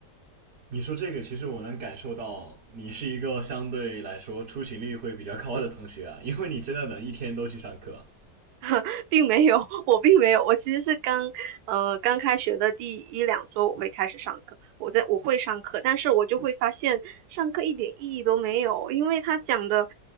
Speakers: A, on the right; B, on the right.
A: 你说这个，其实我能感受到你是一个相对来说出勤率会比较高的同学啊，因为你真的能一天都去上课。
B: <laughs> 并没有，我并没有，我其实是刚，呃，刚开学的第一两周我会开始上课，我在我会上课，但是我就会发现上课一点意义都没有，因为他讲的，